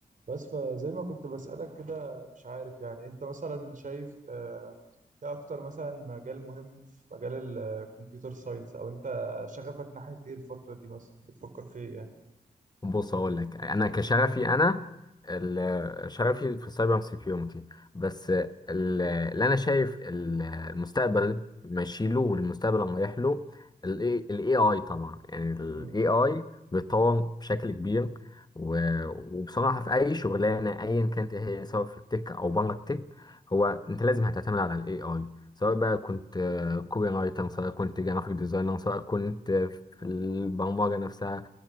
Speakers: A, on the right (about 55°); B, on the left (about 25°).
A: بس فزي ما كنت بسألك كده مش عارف يعني انت مثلا شايف آه، ايه اكتر مثلا مجال مهم في مجال الكمبيوتر ساينس او انت شغفك ناحية ايه الفترة دي مثلا بتفكر في ايه يعني
B: بص هقول لك انا كشغفي انا ال- شغفي في السايبر سيكيورتي بس ال- اللي انا شايف ال- المستقبل ماشي له والمستقبل رايح له الاي اي طبعا يعني الاي
A: مم.
B: اي بيتطور بشكل كبير و- وبصراحه في اي شغلانه ايا كانت إيه هي سواء في التك او بره التك هو انت لازم هتعتمد على الاي اي سواء بقى كنت كوبي رايتر سواء كنت جرافيك ديزاينر سواء كنت في البرمجه نفسها